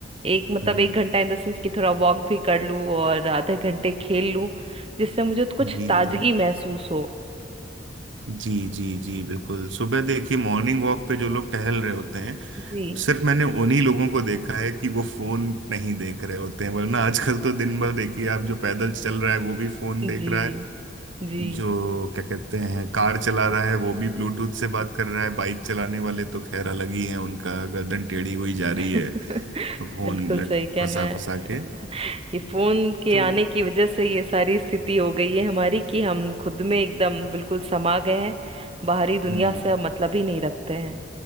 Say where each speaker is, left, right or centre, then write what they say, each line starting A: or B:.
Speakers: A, on the right; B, on the right.
A: एक मतलब
B: हम्म हम्म
A: एक घंटा इन द सेंस कि थोड़ा वॉक भी कर लूँ और आधे घंटे खेल लूँ जिससे मुझे कुछ
B: जी
A: ताजगी
B: जी
A: महसूस हो
B: जी जी जी बिल्कुल सुबह देखिए मॉर्निंग वॉक पे जो लोग टहल रहे होते हैं
A: जी
B: सिर्फ मैंने उन्हीं लोगों को देखा है कि वो फोन नहीं देख रहे होते हैं वरना आजकल तो दिन भर देखिए आप जो पैदल चल रहा है वो भी फोन देख
A: जी
B: रहा है
A: जी
B: जो क्या कहते हैं कार चला रहा है वो भी ब्लूटूथ से बात कर रहा है बाइक चलाने वाले तो खैर अलग ही है उनका गर्दन टेढ़ी हुई जा
A: <laughs>
B: रही है फोन
A: बिल्कुल सही
B: लट
A: कहना
B: फंसा
A: है
B: फंसा के
A: <laughs> ये फोन के
B: तो
A: आने की वजह से ये सारी स्थिति हो गई है हमारी कि हम खुद में एकदम बिल्कुल समा गए हैं बाहरी दुनिया
B: हम्म
A: से अब मतलब ही नहीं रखते हैं